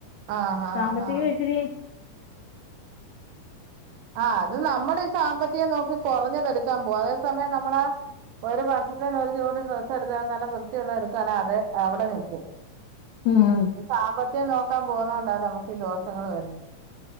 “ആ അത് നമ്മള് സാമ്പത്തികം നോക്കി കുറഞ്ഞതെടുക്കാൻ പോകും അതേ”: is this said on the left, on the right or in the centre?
Right